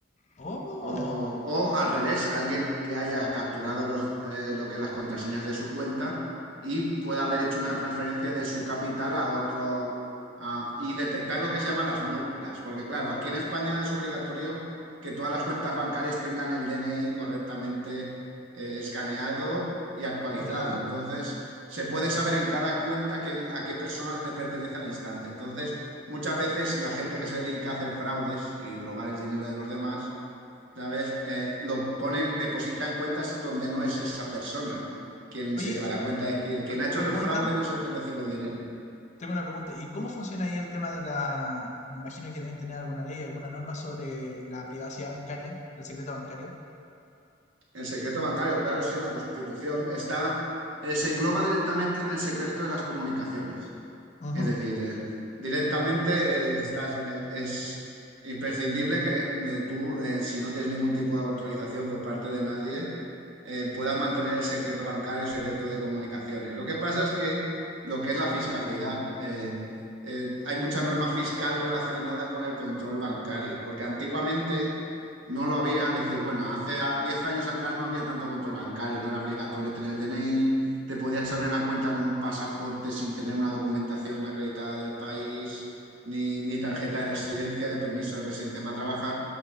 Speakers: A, on the left; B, on the right.
A: ¡Oh!
B: o, o al revés, alguien que haya capturado los, eh, lo que es las contraseñas de su cuenta y pueda haber hecho una transferencia de su capital a otro a- y detectar lo que se llaman las mulas. Porque claro, aquí en España es obligatorio que todas las cuentas bancarias tengan el DNI correctamente eh, escaneado y actualizado.
A: ¿Ya?
B: Entonces, se puede saber en cada cuenta que, a qué persona le pertenece al instante. Entonces, muchas veces la gente que se dedica a hacer fraudes y robar el dinero de los demás ¿sabes? Eh, lo ponen, depositan cuentas donde no es esa persona quien
A: Oye,
B: se lleva
A: y
B: la cuenta. Es decir, quien
A: pre-
B: ha hecho
A: pregunta,
B: el fraude no es el que recibe el dinero.
A: Tengo una pregunta, ¿y cómo funciona ahí el tema de la... Me imagino que deben tener alguna ley, alguna norma sobre la privacidad bancaria, el secreto bancario.
B: El secreto bancario, claro, sí, en la Constitución está, eh, se engloba directamente en el secreto de las comunicaciones.
A: Ujú.
B: Es decir, eh, directamente eh, estás, eh, es imprescindible que eh, tú, eh, si no tienes ningún tipo de autorización por parte de nadie, eh, puedas mantener el secreto bancario, el secreto de comunicaciones. Lo que pasa es que lo que es la fiscalidad, eh, eh, hay mucha norma fiscal relacionada con el control bancario, porque antiguamente no lo había, es decir, bueno, hace a- 10 años atrás no había tanto control bancario, no era obligatorio tener el DNI, te podías abrir una cuenta con un pasaporte sin tener una documentación acreditada del país, ni, ni tarjeta de residencia, de permiso de residencia para trabajar,